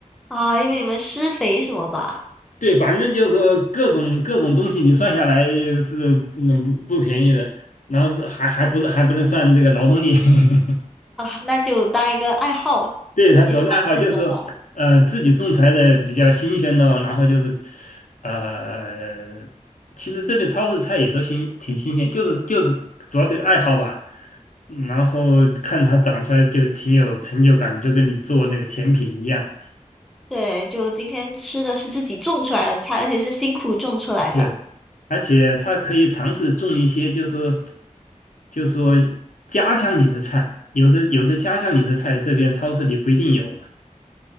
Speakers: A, in the centre; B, on the left.
A: 啊，因为你们施肥什么吧？
B: 对，反正就是说各种各种东西，你算下来是嗯不不便宜的，然后这还还不是还不能算这个劳动力。<laughs>
A: 啊，那就当一个爱好，
B: 对，他主要是爱好，
A: 也是蛮值得的。
B: 就是说，呃，自己种出来的比较新鲜咯，然后就是，呃，其实这边超市菜也都新，挺新鲜，就是就是主要是爱好吧，嗯然后看它长出来就挺有成就感，就跟你做那个甜品一样。
A: 对，就今天吃的是自己种出来的菜，而且是辛苦种出来的。
B: 对，而且它可以尝试种一些，就是说就是说家乡里的菜，有的有的家乡里的菜，这边超市里不一定有嘛。